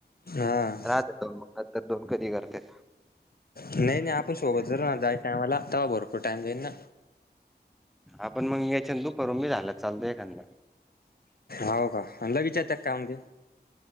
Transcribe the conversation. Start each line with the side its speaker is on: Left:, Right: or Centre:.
Left: हा!
Centre: राहत्यां दोन मंग नंतर दोन कधी करत्यां.
Left: नही नही आपण सोबत जरू ना जाय टायमा ला तवा भरपूर टाइम देईल ना.
Centre: आपण म याच्यातं दुपारून बी झाला चालत एखांदा
Left: हाव कां अन लगेच येतात कामध्ये